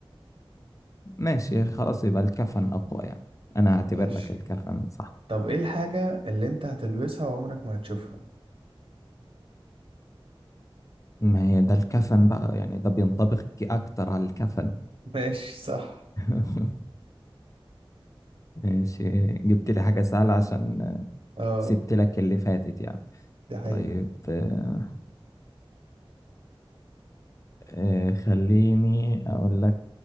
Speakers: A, on the left; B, on the right.
A: ماشي خلاص يبقى الكفن اقوى يعني انا هعتبر
B: ماشي
A: لك الكفن صح
B: طب ايه الحاجة اللي انت هتلبسها وعمرك ما هتشوفها؟
A: ما هي ده الكفن بقى يعني ده بينطبق اكتر على الكفن
B: <laughs> ماشي صح
A: <laughs> ماشي جبت لي حاجة سهلة عشان
B: اه
A: سبت لك اللي فاتت يعني
B: دي حقيقة
A: طيب آه، آه، خليني أقول لك